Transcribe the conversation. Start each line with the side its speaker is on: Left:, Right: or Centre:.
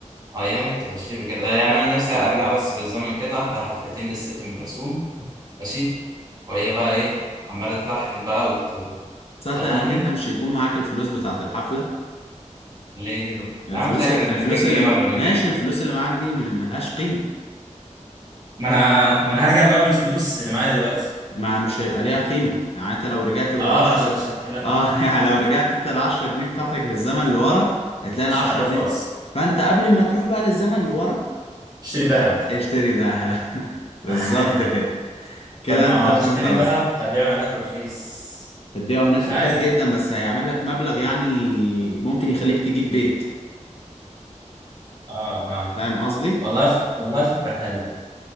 Right: أيام التنشير وكده يعني أنا نفسي أرجع بس بالزمن كده أحضر حفلتين للست أم كلثوم ماشي وهي بقى إيه عمالة تلحن بقى وت-
Left: تصدق
Right: وتغني
Left: انك انت مش هيكون معاك الفلوس بتاعت الحفله
Right: ليه كده
Left: الفلوس
Right: يا عم تلاقي كانت
Left: الفلوس
Right: باتنين جنيه
Left: اللي
Right: ولا بجنيه
Left: ماشي الفلوس اللي معاك دي م- ملهاش قيمه
Right: ما أنا ما أنا هرجع بقى بالفلوس اللي معايا دلوقتي
Left: ما مش هيبقى ليها
Right: <laughs>
Left: قيمه يعني انت لو رجعت بالعشرة
Right: آه عشان شكلها
Left: اه <laughs> يعني لو رجعت انت العشرة جنيه بتاعتك للزمن اللي ورا هتلاقي
Right: مش
Left: العشرة
Right: هيعرفوا
Left: جنيه
Right: أصلا
Left: فانت قبل ما تروح بقى للزمن اللي ورا
Right: اشتري ذهب
Left: ه- اشتري ده <laughs> بالظبط
Right: <laughs>
Left: كده كده
Right: طب ما
Left: انت
Right: هو
Left: فهمت
Right: هشتري
Left: قصدي
Right: ذهب هبيعه هناك رخيص
Left: الدقيقة هناك
Right: مش
Left: رخيص
Right: عارف
Left: جدا بس هيعمل لك مبلغ يعني ممكن يخليك تجيب بيت
Right: اه اه
Left: فاهم قصدي
Right: والله ف... والله فكرة حلوة